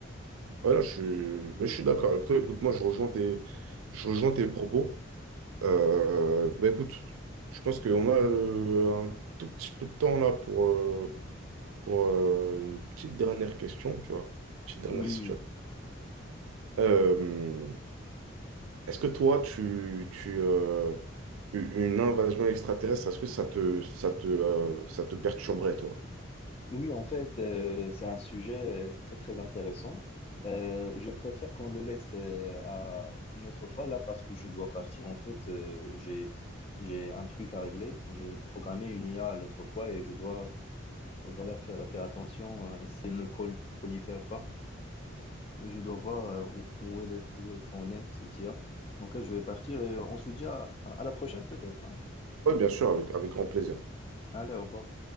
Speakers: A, on the right; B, on the left.
A: Voilà, je suis, mais je suis d'accord avec toi. Écoute, moi, je rejoins tes, je rejoins tes propos. Euh, bah, écoute, je pense qu'on a euh, un tout petit peu de temps là pour, euh, pour euh, une petite dernière question, tu vois. Petite dernière
B: oui,
A: situation.
B: oui.
A: Euh, est-ce que toi, tu, tu, euh, u- une invasion extraterrestre, est-ce que ça te, ça te, euh, ça te perturberait, toi?
B: Oui, en fait, euh, c'est un sujet euh, très, très intéressant. Euh, je préfère qu'on le laisse euh, à une autre fois, là, parce que je dois partir. En fait, euh, j'ai, j'ai un truc à régler. J'ai programmé une IA l'autre fois et je dois, voilà, faire, faire attention, euh, si elle ne prol- prolifère pas. Je dois voir euh, où, où est le, où est ton nez, cette IA. Donc là, je vais partir et euh, on se dit à, à la prochaine peut-être. hein.
A: Oui, bien sûr, avec, avec grand plaisir.
B: Allez, au revoir.